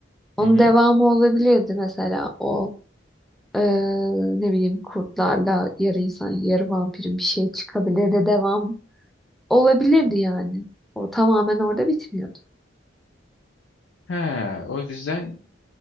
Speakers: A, in the centre; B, on the left.
A: Onun
B: Hı hı.
A: devamı olabilirdi mesela o eee, ne bileyim kurtlarla yarı insan yarı vampirin bir şey çıkabilirdi devam olabilirdi yani. O tamamen orada bitmiyordu.
B: He, o yüzden